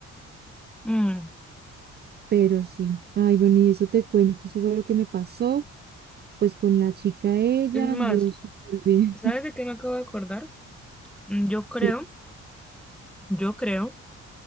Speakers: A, in the centre; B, on the right.
A: Mm,
B: pero sí, ay, bueno, y eso te cuento, eso fue lo que me pasó, pues con la chica ella,
A: Es más,
B: yo súper bien,
A: ¿sabes de qué me acabo de acordar? Mm, Yo
B: <laughs>
A: creo,
B: Sí,
A: yo creo.